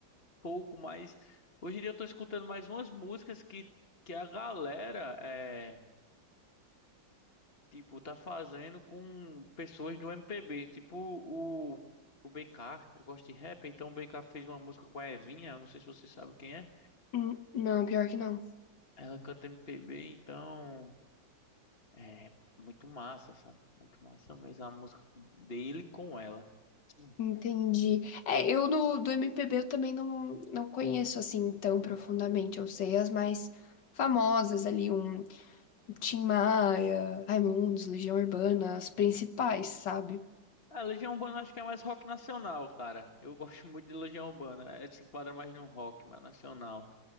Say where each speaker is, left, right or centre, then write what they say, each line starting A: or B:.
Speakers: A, on the left (about 35°); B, on the left (about 70°).
A: pouco mais. Hoje em dia eu tô escutando mais umas músicas que, que a galera é. Tipo, tá fazendo com pessoas do MPB. Tipo, o, o BK. Eu gosto de rap, então o BK fez uma música com a Evinha. Eu não sei se você sabe quem é.
B: Hum, não, pior que não.
A: Ela canta MPB, então. É muito massa, sabe? Muito massa mesmo a música dele com ela. Hum.
B: Entendi. É, eu no, do MPB eu também não, não conheço assim tão profundamente. Eu sei as mais famosas ali, um Tim Maia, Raimundos, Legião Urbana, as principais, sabe?
A: A Legião Urbana acho que é mais rock nacional, cara. Eu <laughs> gosto muito de Legião Urbana. É, se enquadra mais no rock, mas nacional.